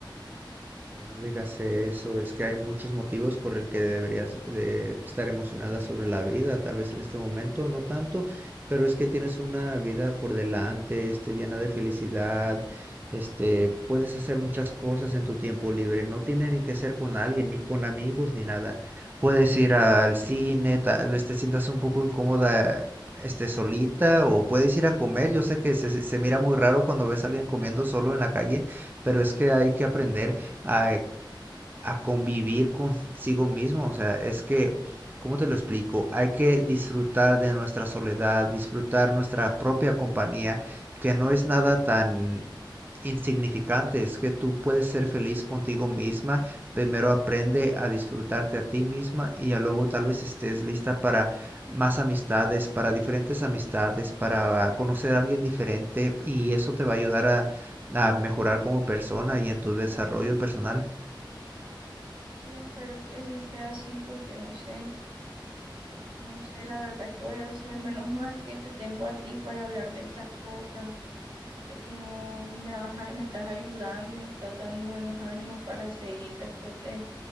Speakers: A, on the right; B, on the right.
A: Ay, No digas eso, es que hay muchos motivos por el que deberías de estar emocionada sobre la vida, tal vez en este momento no tanto, pero es que tienes una vida por delante, este, llena de felicidad, este, puedes hacer muchas cosas en tu tiempo libre, no tiene ni que ser con alguien, ni con amigos, ni nada. Puedes ir al cine, tal vez te sientas un poco incómoda, este, solita, o puedes ir a comer. Yo sé que se, se se mira muy raro cuando ves a alguien comiendo solo en la calle, pero es que hay que aprender a, a convivir consigo mismo. O sea, es que, ¿cómo te lo explico? Hay que disfrutar de nuestra soledad, disfrutar nuestra propia compañía, que no es nada tan insignificante, es que tú puedes ser feliz contigo misma, primero aprende a disfrutarte a ti misma y ya luego tal vez estés lista para más amistades, para diferentes amistades, para conocer a alguien diferente y eso te va a ayudar a, a mejorar como persona y en tu desarrollo
B: Y
A: personal.
B: sí, espero que sí sea así, porque no sé, no sé la verdad qué voy a hacer. Menos mal que te tengo a ti para hablar de estas cosas, que tú no me vas a- me estás ayudando y me estás dando buenos ánimos para seguir después de